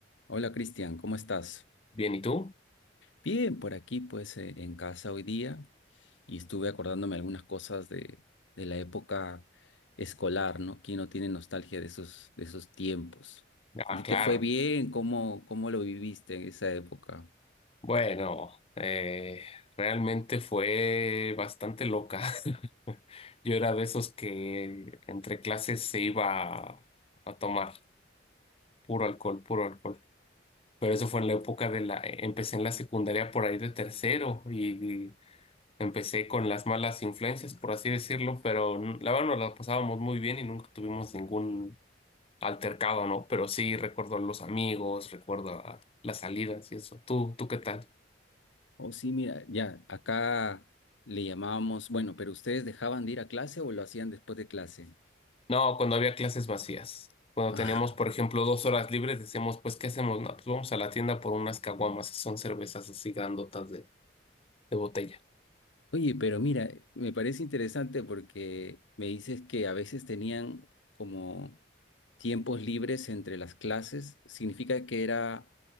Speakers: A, on the left; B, on the left.
A: Hola Cristian, ¿cómo estás?
B: Bien, ¿y tú?
A: Bien, por aquí pues eh, en casa hoy día y estuve acordándome algunas cosas de, de la época escolar, ¿no? ¿Quién no tiene nostalgia de esos, de esos tiempos?
B: Ah,
A: ¿A ti te
B: claro.
A: fue bien? ¿Cómo, cómo lo viviste en esa época?
B: Bueno, eh, realmente fue bastante loca. <laughs> Yo era de esos que entre clases se iba a, a tomar puro alcohol, puro alcohol. Pero eso fue en la época de la... e, Empecé en la secundaria por ahí de tercero y empecé con las malas influencias, por así decirlo, pero n- la verdad nos la pasábamos muy bien y nunca tuvimos ningún altercado, ¿no? Pero sí recuerdo a los amigos, recuerdo a las salidas y eso. ¿Tú, tú qué tal?
A: Oh, sí, mira, ya, acá le llamábamos, bueno, pero ¿ustedes dejaban de ir a clase o lo hacían después de clase?
B: No, cuando había clases vacías. Cuando
A: Ah,
B: teníamos, por ejemplo, dos horas libres, decíamos, pues, ¿qué hacemos? No, pues vamos a la tienda por unas caguamas, que son cervezas así grandotas de, de botella.
A: Oye, pero mira, me parece interesante porque me dices que a veces tenían como tiempos libres entre las clases, significa que era,